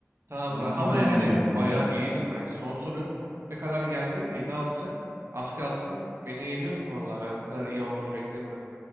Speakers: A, on the right; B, on the left.
A: Tamamdır
B: Ben
A: abi.
B: çünkü
A: Ama
B: bilmiyorum
A: yani
B: bunları.
A: bayağı iyiydin bence. Son soru ne kadar geldin? 7-6. Az kalsın beni yeniyordun vallahi. Ben bu kadar iyi olmanı beklemiyordum.